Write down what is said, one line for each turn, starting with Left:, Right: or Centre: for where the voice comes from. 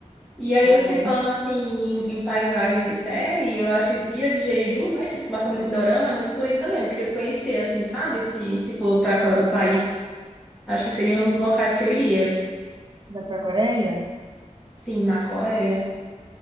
Centre: E aí,
Right: Ah,
Centre: eu se
Right: ela
Centre: falando
Right: é
Centre: assim em, em paisagem de série, eu acho que Ilha de Jeju, né, que passa muito em dorama, é muito por aí também. Eu queria conhecer, assim, sabe? Se, se for para fora do país, acho que seriam os locais que eu iria.
Right: linda para a Coreia?
Centre: Sim, na Coreia.